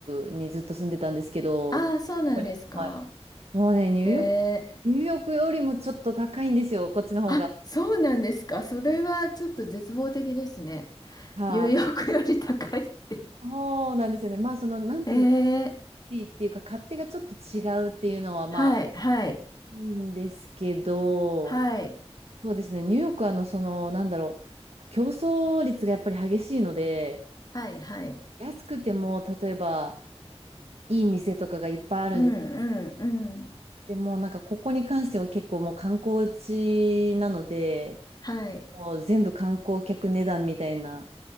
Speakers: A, on the right; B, on the left.
A: クにずっと住んでたんですけど、
B: あ、
A: ここに来る前
B: ああ、そうなんですか。
A: もうね、ニューヨーク、
B: えー、
A: ニューヨークよりもちょっと高いんですよ、こっちの方が。
B: あ、そうなんですか。それはちょっと絶望的ですね。
A: はい、
B: ニューヨークより高いって。
A: そうなんですよね。まあ、その、なんていうんです
B: えー、
A: リーっていうか、勝手がちょっと違うっていうのは、まあ、
B: はい、はい、
A: いいんですけど、
B: はい、
A: そうですね、ニューヨークは、あの、その、なんだろう、競争率がやっぱり激しいので、
B: はい、はい。
A: 安くても、例えば、いい店とかがいっぱいあるんで、
B: うん、うん、うん。
A: でも、なんか、ここに関しては結構もう観光地なので、
B: はい。
A: もう全部観光客値段みたいな、